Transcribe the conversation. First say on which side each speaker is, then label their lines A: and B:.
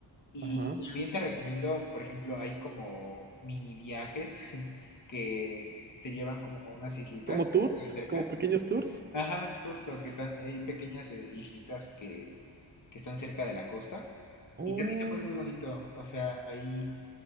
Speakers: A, on the left; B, on the right.
A: Y
B: Ajá.
A: también te recomiendo, por ejemplo, hay como mini viajes <laughs> que te llevan como a unas islitas
B: ¿Como
A: que
B: tours?
A: están ahí cerca
B: ¿Como pequeños tours?
A: Ajá, justo, que están, eh, hay pequeñas eh, islitas que, que están cerca de la costa.
B: Oh.
A: Y también se pone muy bonito, o sea, ahí